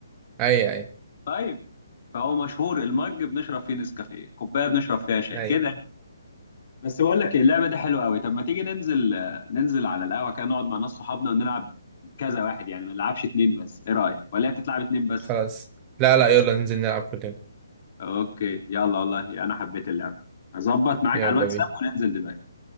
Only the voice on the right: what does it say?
ايوه ايوه
ايوه
خلاص لا لا يلا ننزل نلعب كلنا
يلا
بينا